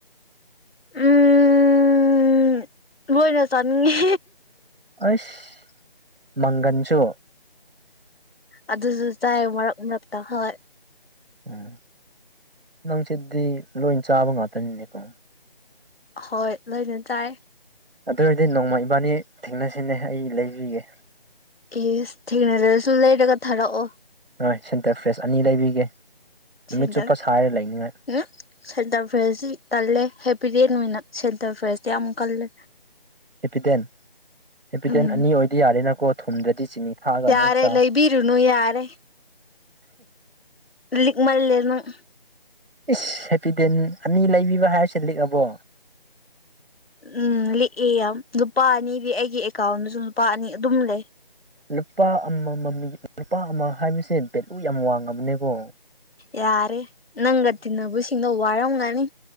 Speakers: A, on the left (about 80°); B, on the right (about 75°).
A: ꯎꯝ ꯂꯣꯏꯅ ꯆꯅꯤꯡꯉꯤ
B: ꯑꯩꯁ ꯃꯪꯒꯟꯁꯨ
A: ꯑꯗꯨꯁꯨ ꯆꯥꯏ ꯃꯔꯛ ꯃꯔꯛꯇ ꯍꯣꯏ
B: ꯎꯝ ꯅꯪꯁꯤ ꯗꯤ ꯂꯣꯏꯟ ꯆꯥꯕ ꯉꯥꯛꯇꯅꯤꯅꯦꯀꯣ
A: ꯍꯣꯏ ꯂꯣꯏꯅ ꯆꯥꯏ
B: ꯑꯗꯨ ꯑꯣꯏꯔꯗꯤ ꯅꯣꯡꯃ ꯏꯕꯥꯅꯤ ꯊꯦꯡꯅꯁꯤꯅꯦ ꯑꯩ ꯂꯩꯕꯤꯒꯦ
A: ꯑꯁ ꯊꯦꯡꯅꯗ꯭ꯔꯁꯨ ꯂꯩꯔꯒ ꯊꯥꯔꯛꯑꯣ
B: ꯍꯣꯏ ꯁꯦꯟꯇꯔ ꯐ꯭ꯔꯦꯁ ꯑꯅꯤ ꯂꯩꯕꯤꯒꯦ ꯅꯨꯃꯤꯠ
A: ꯁꯦꯟꯇꯔ
B: ꯆꯨꯞꯄ ꯁꯥꯏꯔ ꯂꯩꯅꯤꯉꯥꯏ
A: ꯎꯝ ꯁꯦꯟꯇꯔ ꯐ꯭ꯔꯦꯁ ꯁꯤ ꯇꯜꯂꯦ ꯍꯦꯄꯤꯗꯦꯟ ꯑꯣꯏꯅ ꯁꯦꯟꯇꯔ ꯐ꯭ꯔꯦꯁꯇꯤ ꯌꯥꯝ ꯀꯜꯂꯦ
B: ꯍꯦꯄꯤꯗꯦꯟ ꯍꯦꯄꯤꯗꯦꯟ
A: ꯎꯝ
B: ꯑꯅꯤ ꯑꯣꯏꯗꯤ ꯌꯥꯔꯦꯅꯀꯣ ꯊꯨꯝꯗ꯭ꯔꯗꯤ ꯆꯤꯅꯤ ꯊꯥꯛꯑꯒ ꯑꯃꯨꯛ
A: ꯌꯥꯔꯦ
B: ꯆꯥꯎ
A: ꯂꯩꯕꯤꯔꯨꯅꯨ ꯌꯥꯔꯦ ꯂꯤꯛꯃꯜꯂꯦ ꯅꯪ
B: ꯏꯁ ꯍꯦꯄꯤ ꯗꯦꯟ ꯑꯅꯤ ꯂꯩꯕꯤꯕ ꯍꯥꯏꯔꯁꯤ ꯂꯤꯛꯑꯕꯣ
A: ꯎꯝ ꯂꯤꯛꯑꯦ ꯌꯥꯝ ꯅꯨꯄꯥ ꯑꯅꯤꯗꯤ ꯑꯩꯒꯤ ꯑꯦꯀ꯭ꯥꯎ꯭ꯟꯗꯁꯨ ꯂꯨꯄꯥ ꯑꯅꯤ ꯑꯗꯨꯝ ꯂꯩ
B: ꯂꯨꯄꯥ ꯑꯃꯝ ꯃꯝꯒꯤ ꯂꯨꯄꯥ ꯑꯃ ꯍꯥꯏꯕꯁꯦ ꯚꯦꯂꯨ ꯌꯥꯝ ꯋꯥꯡꯉꯃꯕꯅꯦꯀꯣ
A: ꯌꯥꯔꯦ ꯅꯪꯒ ꯇꯤꯟꯅꯕꯁꯤꯡꯅꯣ ꯋꯥꯔꯝꯒꯅꯤ